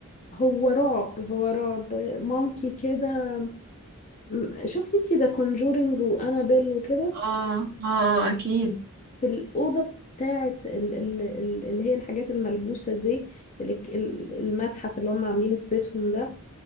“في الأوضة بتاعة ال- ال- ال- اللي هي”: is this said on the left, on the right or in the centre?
Left